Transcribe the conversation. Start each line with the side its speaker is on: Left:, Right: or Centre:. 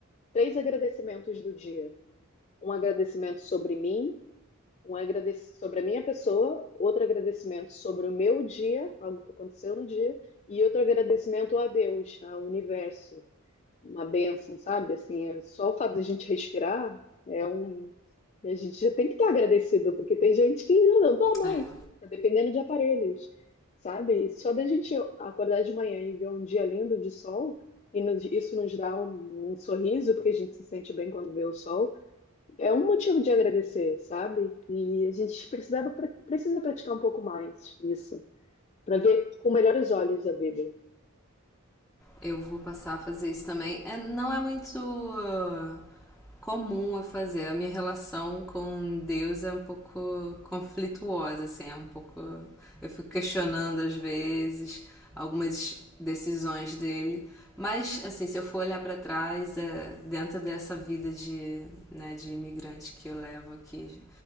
Left: três agradecimentos do dia: um agradecimento sobre mim, um agradecimento sobre a minha pessoa, outro agradecimento sobre o meu dia, algo que aconteceu no dia, e outro agradecimento a Deus, ao universo uma bênção, sabe? Assim, é só o fato da gente respirar é um. e A gente já tem que estar agradecido, porque tem gente que "Ah, não dá mais,
Centre: É,
Left: tá dependendo de aparelhos, sabe? E Só da gente acordar de manhã e ver um dia lindo de sol, e nos- isso nos dá um, um sorriso, porque a gente se sente bem quando vê o sol, é um motivo de agradecer, sabe? E a gente precisava, pra- precisa praticar um pouco mais isso, para ver com melhores olhos a vida.
Centre: Eu vou passar a fazer isso também. É, não é muito ah, comum a fazer. A minha relação com Deus é um pouco conflituosa, assim, é um pouco. Eu fico questionando às vezes algumas decisões dele. Mas, assim, se eu for olhar para trás, é, dentro dessa vida de, né, de imigrante que eu levo aqui